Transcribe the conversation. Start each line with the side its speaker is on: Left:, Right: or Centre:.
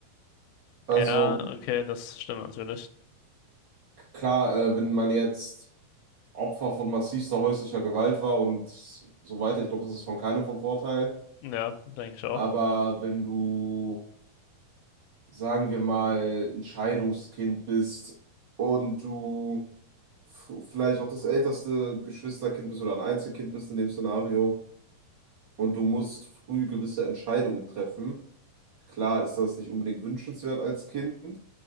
Right: Also
Left: Ja, okay, das stimmt natürlich.
Right: klar, äh, wenn man jetzt Opfer von massivster häuslicher Gewalt war und so weiter, ich glaube, das ist von keinem von Vorteil.
Left: Ja, denke ich auch.
Right: Aber wenn du, sagen wir mal, ein Scheidungskind bist und du f- vielleicht auch das älteste Geschwisterkind bist oder ein Einzelkind bist in dem Szenario und du musst früh gewisse Entscheidungen treffen Klar ist das nicht unbedingt wünschenswert als Kind,